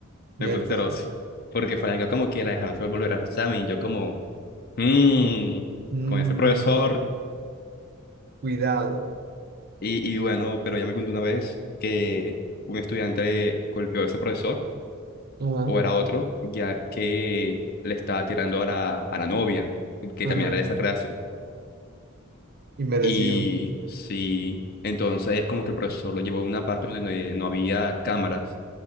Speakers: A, on the right; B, on the left.
A: mierda.
B: Me puse celoso. Porque Franca como que la dejaron solo volver a su examen y yo como, mmm,
A: Mm,
B: con ese profesor.
A: cuidado.
B: Y, y bueno, pero ya me contó una vez que un estudiante golpeó a ese profesor,
A: Ajá,
B: o era otro, ya que le estaba tirando a la, a la novia, que
A: ajá,
B: también era de esa clase.
A: inmerecido.
B: Y sí, entonces como que el profesor lo llevó a una parte donde no no había cámaras